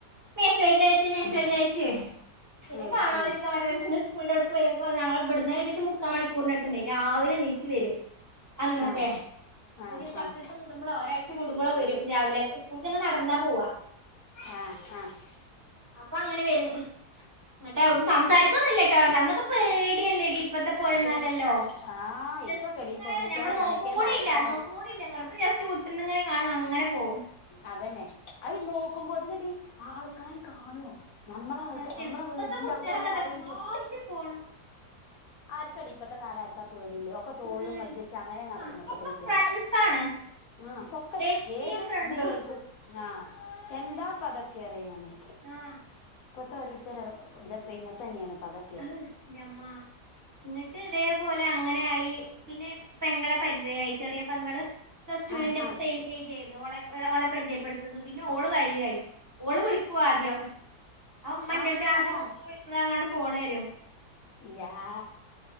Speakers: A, on the right; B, on the left.
A: മെസ്സേജയച്ച് മെസ്സേജയച്ച് പിന്നെ
B: ഉം
A: കാണാതിരിക്കാൻ
B: ഉം
A: പറ്റാതായ് പിന്നെ സ്കൂളിന്റെ അവിടുക്ക് വര്വക്കെ ഞങ്ങളെവ്ട്ന്ന് ഏകദേശം മു മുക്കാ മണിക്കൂറിനട്ത്ത്ണ്ട് രാവിലെനീച്ച് വരും അന്നൊക്കെ
B: ആഹ് ആഹ്
A: ഒരു പ
B: ആഹ്
A: ത്തീസം കൂടുമ്പളോ ഒരാഴ്ച കൂടുമ്പളോ വെരും രാവിലെ സ്കൂൾക്ക് ഞങ്ങള് നടന്നാ പോവ്വാ
B: ആഹ് ആഹ്
A: അപ്പൊ അങ്ങനെ വെരും ന്ന്ട്ടവ്ട്ന്ന് സംസാരിക്കൊന്നൂല്ലേട്ടോ ഞന്നൊക്കെ പേടിയല്ലേടീ ഇപ്പത്തെ പോലെന്നല്ലല്ലോ
B: അപ്പൊ ആഹ്
A: ജസ്റ്റ്ങ്ങനെ
B: ഇപ്പൊക്കെടി പെൺകുട്ടികള്
A: ഞമ്മള്
B: എങ്ങനെയൊക്കെയ
A: നോക്കും കൂടില്ല
B: നടക്കണ
A: നോക്കും കൂടില്ല വെറുതെ ജസ്റ്റ് വി ന്ന്ങ്ങനെ കാണും അങ്ങനെ പോം
B: അതന്നെ അത് നോക്കുമ്പോതിനെടീ ആൾക്കാര് കാണ്വൊ ഞമ്മളെ ആൾക്ക്
A: സത്യം
B: ഞമ്മളെ
A: ഇപ്പത്തെ
B: വീടിന്റെവ്ടെല്ലേ
A: കുട്ടികളൊക്കെതാ
B: ആരെങ്കിലും
A: കൂളായിട്ട് പോണു
B: ആര്ക്കാടീ ഇപ്പത്തെ കാല ആര്ക്കാ പേടില്ലേ ഒക്കെ തോൾലും
A: പേടി
B: കജ്ജെച്ച് അങ്ങനെ നടക്ക്‌ന്ന്
A: ആ
B: ഇപ്പത്തെ
A: ഒക്കെ
B: കുട്ടികള്
A: ഫ്രണ്ട്സാണ്
B: ആഹ് ഒക്കെ
A: ബെസ്റ്റിയും
B: ഏത്
A: ഫ്രണ്ടും
B: ഇതില്ലോൾക്കും ആഹ് എന്താപ്പതക്കെറയും ഞാന്
A: ആഹ്
B: ഇപ്പോത്തെ ഓരോര്ത്തരെ വെ ഇത് ഫേമസന്നെയാണ് ഇപ്പതെ
A: അഹ് ന്റെ അമ്മ ഇന്ന്ട്ട് ഇതേപോലെ അങ്ങനെയായി പിന്നെ പെങ്ങളെ പരിചയായ് ചെറിയ പെങ്ങള് പ്ലസ്ടു
B: ആഹ്
A: വിന്റെ
B: ആഹ്
A: സെയിം ഏജേര്ന്നു ഓളെ പ്പ് ഓളെ പരിചയപ്പെടുത്തിന്നു പിന്നെ ഓള് വഴിയായി ഓള് വിളി ക്കു ആദ്യം ആഉമ്മന്റെട്ത്ത്
B: ആഹ്
A: ആരാമൂഹസീനേ വിളിക്കണെങ്ങാണ്ട് ഫോണെരും
B: യാ